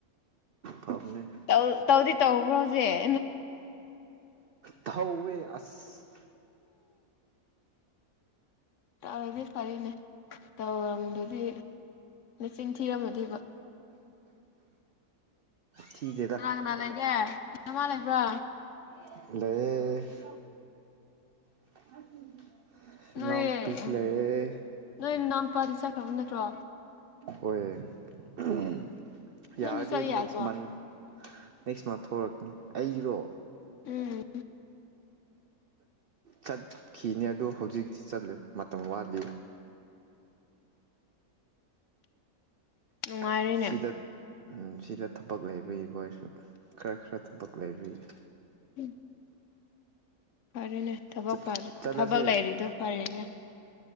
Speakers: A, on the right (about 70°); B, on the left (about 65°).
A: ꯐꯕꯅꯦ
B: ꯇꯧ ꯇꯧꯗꯤ ꯇꯧꯕ꯭ꯔꯣ ꯍꯧꯖꯤꯛ
A: ꯇꯧꯋꯦ ꯑꯁ
B: ꯇꯧꯔꯗꯤ ꯐꯔꯦꯅꯦ ꯇꯧꯔꯝꯗꯔꯥꯗꯤ ꯅꯆꯤꯟ ꯊꯤꯔꯝꯃꯗꯤꯕ
A: ꯊꯤꯗꯦꯗ
B: ꯀꯅꯥ ꯀꯅꯥ ꯂꯩꯒꯦ ꯅꯃꯥ ꯂꯩꯕ꯭ꯔꯥ
A: ꯂꯩꯌ‌‌ꯦ <unintelligible>
B: ꯅꯣꯏ ꯎꯝ
A: ꯂꯩꯌꯦ
B: ꯅꯣꯏ ꯅꯅꯥꯎꯄꯥꯗꯤ ꯆꯠꯈ꯭ꯔꯥꯕ ꯅꯠꯇ꯭ꯔꯣ
A: ꯑꯣꯏ ꯎꯝ
B: ꯅꯪꯁꯨ
A: ꯌꯥꯔꯗꯤ
B: ꯆꯠ ꯌꯥꯗ꯭ꯔꯣ
A: ꯅꯦꯛꯁ ꯃꯟꯠ ꯅꯦꯛꯁ ꯃꯟ <unintelligible> ꯊ‌ꯣꯔꯛꯄꯅꯤ ꯑꯩꯔꯣ
B: ꯎꯝ
A: ꯆꯠꯈꯤꯅꯤ ꯑꯗꯨ ꯍꯧꯖꯤꯛꯇꯤ ꯆꯠꯂ‌ꯣꯏ ꯃꯇꯝ ꯋꯥꯠꯂꯤ
B: ꯅꯨꯡꯉꯥꯏꯔꯦꯅꯦ
A: ꯑ‌ꯦ ꯁꯤꯗ ꯎꯝ ꯁꯤꯗ ꯊꯕꯛ ꯂꯩꯕꯒꯤꯀ‌ꯣ ꯑꯩꯁꯨ ꯈꯔ ꯈꯔ ꯊꯕꯛ ꯂꯩꯕꯒꯤ
B: ꯎꯝ ꯐꯔꯦꯅꯦ ꯊꯕꯛ
A: ꯆꯠ ꯆꯠꯂꯁꯦ
B: ꯊꯕꯛ ꯂꯩꯔꯤꯗꯣ ꯐꯔꯤꯅꯦ